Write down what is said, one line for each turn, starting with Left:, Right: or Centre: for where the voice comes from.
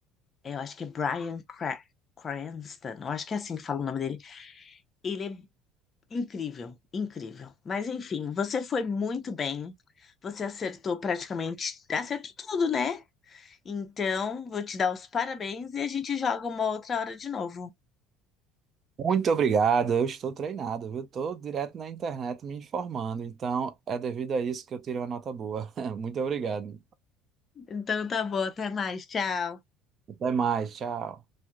Left: eu acho que é Bryan Cra- Cranston, eu acho que é assim que fala o nome dele. Ele é incrível, incrível. Mas enfim, você foi muito bem. Você acertou praticamente, acertou tudo, né? Então, vou te dar os parabéns e a gente joga uma outra hora de novo.
Right: Muito obrigado, eu estou treinado, viu? Estou direto na internet me informando, então é devido a isso que eu tirei uma nota boa. <laughs> Muito obrigado.
Left: Então tá bom, até mais, tchau.
Right: Até mais, tchau.